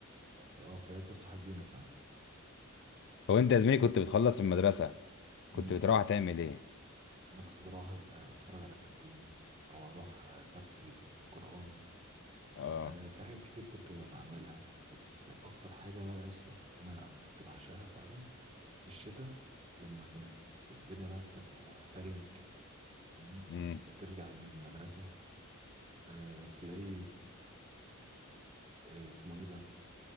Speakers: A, on the right; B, on the left.
A: اه فهي قصة حزينة فعلا
B: هو انت يا زميلي كنت بتخلص المدرسه كنت
A: امم
B: بتروح تعمل ايه
A: أنا كنت بروح أ- أتفرج على كرتون أو أروح آه، درس القرآن
B: اه
A: آه، في حاجات كتير كنت بعملها يعني بس اكتر حاجه بقى يا اسطى انا كنت بعشقها فعلا في الشتاء لما كانت الدنيا بقى بتبقى تلج فاهم
B: امم
A: وترجع من المدرسه آه، تلاقي آه، اسمه ايه ده